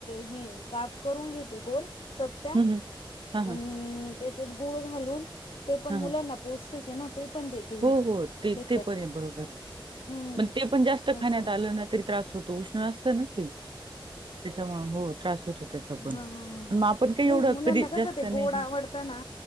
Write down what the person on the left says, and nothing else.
हे काप करून घेते, गोल चकत्या.
आणि
त्याच्यात गुळ घालून, ते पण
मुलांना
पौष्टिक आहे ना ते पण देते मी
त्याच्यात
हम्म
असं
हा हा हा,
नाही
मुलांना
कसं
ते
गोड आवडतं
ना